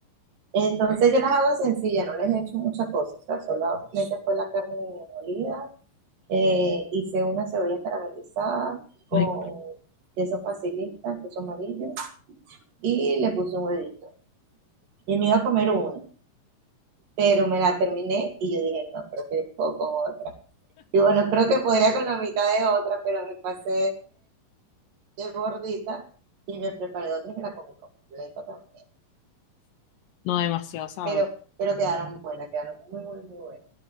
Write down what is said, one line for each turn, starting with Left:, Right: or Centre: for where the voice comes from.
Right: Entonces yo las hago sencillas, no les he hecho muchas cosas. O sea, solamente fue la carne molida. eh, hice una cebolla caramelizada con
Left: Ay,
Right: queso facilita, queso amarillo. Y le puse un huevito. Y me iba a comer uno, pero me la terminé y yo dije, no, creo que puedo con otra. Y bueno, creo que podía con la mitad de otra, pero me pasé de gordita y me preparé otra y me la comí completa también.
Left: no, demasiado sabor.
Right: Pero, pero quedaron buenas, quedaron muy, muy, muy buenas.